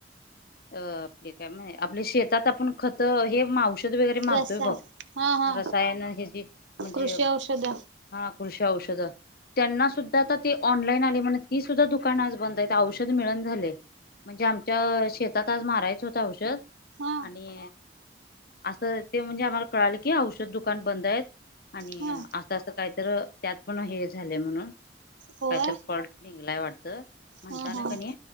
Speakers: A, on the left; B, on the right.
A: अ ते काय माही आपल्या शेतात आपण खत हे म औष खत वगैरे मारतोय
B: रसाय
A: बघ
B: हा हा
A: रसायन हेजी म्हणजे
B: कृषी औषध
A: हा कृषी औषधं, त्यांना सुद त आता ती ऑनलाईन आली म्हण ती सुद्धा दुकान आज बंद आहेत, औषध मिळना झालय. म्हणजे आमच्या शेतात आज मारायचं होत औषध
B: हा
A: आणि असं ते म्हणजे आम्हाला कळालं की औषध दुकान बंद आहेत आणि
B: हा
A: असं असं काहीतर त्यात पण हे झाले म्हणून
B: होय
A: कायतर फॉल्ट निघलाय वाटत, म्हणताना
B: हा हा
A: कने